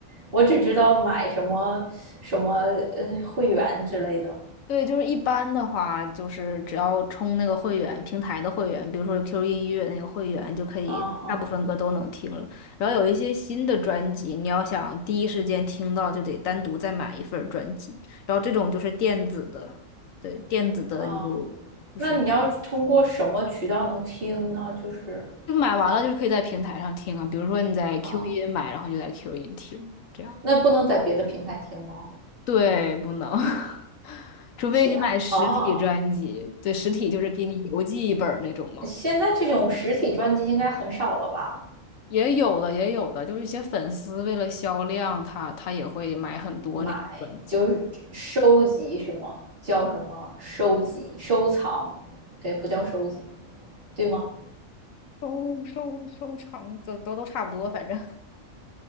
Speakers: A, on the right; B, on the left.
A: 我只知道买什么什么呃会员之类的。
B: 对，就是一般的话，就是只要充那个会员，平台的会员，比如说 QQ 音乐那个会员，就可以大部分歌都能听了。
A: 嗯嗯
B: 然后有一些新的专辑，你要想第一时间听到，就得单独再买一份儿专辑。然后这种就是电子的，对，电子的你就
A: 嗯，
B: 就是
A: 那你要通过什么渠道能听呢？就是
B: 就买完了，就是可以在平台上听啊。比如说你在 Q
A: 啊，
B: 音买，然后你就在 Q 音听，这样。
A: 那不能在别的平台听吗？
B: 对，不能，<laughs> 除非你买实体专辑，
A: 天啊，
B: 对，实体就是给你邮寄一本儿那种嘛。
A: 现在这种实体专辑应该很少了吧？
B: 也有的，也有的，就是一些粉丝为了销量，他他也会买很多那种专辑，
A: 买就是收集什么叫什么收集、收藏？对，不叫收集，对吗？
B: 收收收藏，都都都差不多，反正。<laughs>